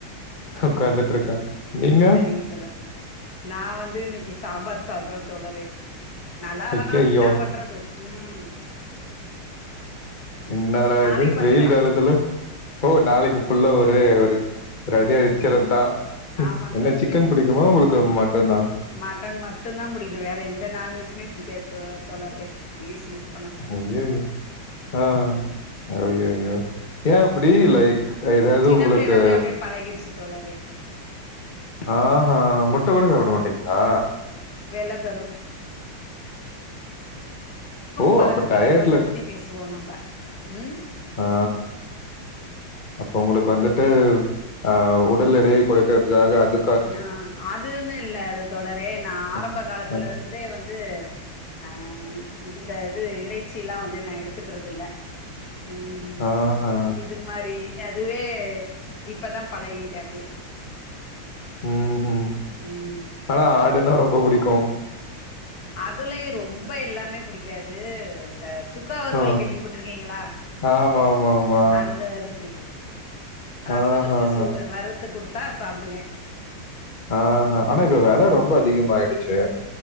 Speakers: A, on the left; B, on the left.
A: உக்காந்துட்டு இருக்க நீங்க
B: ஈர்த்தலட் நா வந்து இன்னைக்கு சாம்பார் சாதோ தோழரே நல்லாலதா
A: ஐயய்யோ!
B: என்ன பண்றது ம் ம்
A: என்னாட
B: நாளைக்கு
A: இது
B: பாத்துக்கலா
A: வெயில் காலத்துல ஓ நாளைக்கு ஃபுல்லா ஒரே ஒரு ஒருஅடி அட்ச்சரது தா.
B: ஆமா
A: என்ன
B: தோழரே
A: சிக்கன் புடிக்குமா உங்களுக்கு மட்டனா
B: மட்டன் மட்டு தா புடிக்கு வேற எந்த நான்வெஜுமே புடிக்காது தோழரே வேஸ்யூஸ்
A: ஐயயோ ஆ அய்யயோ ஏ அப்டி லைக் எதாவது
B: சின்ன
A: உங்களுக்கு
B: பிள்ளைல இருந்தே அப்டியே பழகிருச்சு தோழரே
A: ஆஹா முட்ட கூட சாப்ட மாட்டீங்களா
B: வெள்ளகரு
A: ஓ
B: பழக்க
A: அப்ப டயட்ல
B: வழக்கத்த பத்தி பேசுவோ நம்ப ம்
A: ஆ அப்போ உங்களுக்கு வந்துட்டு ஆ உடல் எடையை கொறைகரதுக்காக அது
B: ஆ அது ஒன்னு இல்ல தோழரே நா ஆரம்ப
A: அ
B: காலத்துல
A: அ
B: இருந்தே வந்து ஆ இந்த இது இறைச்சில்லா வந்து நா எடுத்துக்கறதில்ல ம்
A: ஆஹா.
B: இது மாரி அதுவே இப்பதா பழகிட்ட அப்டியே
A: ம்ஹுஹு
B: ம்
A: ஆனா ஆடுன்னா ரொம்ப புடிக்கு
B: அதலயு ரொம்ப எல்லாமே படிக்காது இந்த சுக்கா வருவல்
A: ஆ.
B: கேள்விப்பட்ருக்கீங்களா
A: ஆமாமாமா.
B: அந்த இது புடிக்கு ரசொ
A: ஆஹஹ.
B: வச்சு சுவ வறுத்து குடுத்தா சாப்டுவே
A: ஆஹ ஆனா இது வெல ரொம்ப அதிகமாய்டுச்சு